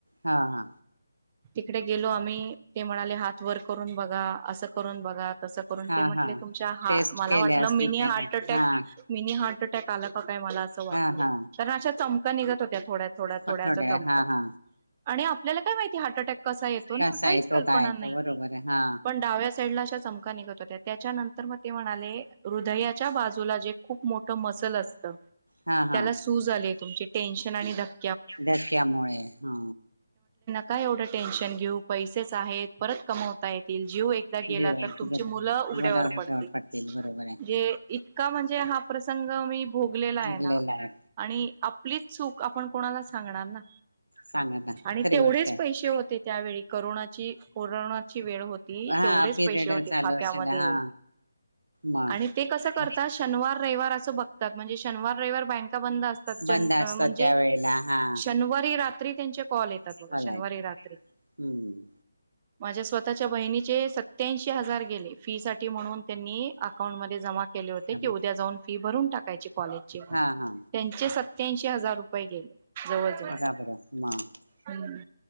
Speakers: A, on the right; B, on the right.
A: हा हा
B: तिकडे गेलो आम्ही ते म्हणाले हात वर करून बघा असं करून बघा तस करून
A: हा
B: ते म्हटले
A: हा
B: तुमच्या
A: टेस्ट
B: मला
A: केल्या
B: वाटलं
A: असतील
B: मिनी
A: त्याने
B: हार्ट अटॅक
A: हा
B: मिनी हार्ट अटॅक आलं का का मला अस वाटल
A: हा हा
B: तर अशा चमक्या निघत होत्या थोड्या थोड्या थोड्या
A: पठोडे
B: असं चम
A: हा हा
B: आणि आपल्याला काय माहिती हार्ट अटॅक कसा येतो ना
A: कसा
B: काहीच
A: आहे तो
B: कल्पना
A: काय
B: नाही
A: तो बरोबर आहे हा
B: पण डाव्या साईडला अशा चमका निघत होत्या त्याच्यानंतर मग ते म्हणाले हृदयाच्या बाजूला जे खूप मोठ मसल असत
A: हा हा
B: त्याला सूझ आले तुमची टेन्शन आणि धक्
A: धक्यामुळे हा
B: काय एवढं टेन्शन घेऊ पैसेच आहेत परत कमवता येतील जीव एकदा गेला
A: जेवायचं
B: तर तुमची
A: ग
B: मुलं उघड्यावर
A: मला
B: पडतील
A: जवळ बरोबर आहे
B: जे इतका म्हणजे हा प्रसंग मी भोगलेला आहे
A: भोगलेला
B: ना
A: आहे
B: आणि आपलीच चूक आपण कोणाला सांगणार ना
A: सांगायला
B: आणि
A: खरी
B: तेवढेच
A: गोष्ट आहे
B: पैसे होते त्यावेळी कोरोनाची कोरोनाची वेळ होती
A: हा
B: तेवढेच
A: पिरियड
B: पैसे होते
A: चालू
B: खात्यामध्ये
A: असेल हा मग
B: आणि ते कसं करतात शनवार रविवार असं बघतात म्हणजे शनवार रविवार बँक बंद असतात
A: बंद
B: म्हणजे
A: असतात त्यावेेळेला हा
B: शनिवारी रात्री त्यांचे कॉल येतात बघा
A: बोलायचं
B: शनिवारी रात्री
A: हम्म
B: माझ्या स्वतःच्या बहिणीचे सत्याऐंशी हजार गेले फी साठी म्हणून त्यांनी अकाउंट मध्ये जमा केले होते
A: समज
B: की उद्या जाऊन फी भरून टाकायची कॉलेजची
A: हा हा
B: त्यांचे स सत्याऐंशी हजार रुपये गेले जवळ जवळ
A: बघा बरं मग
B: हम्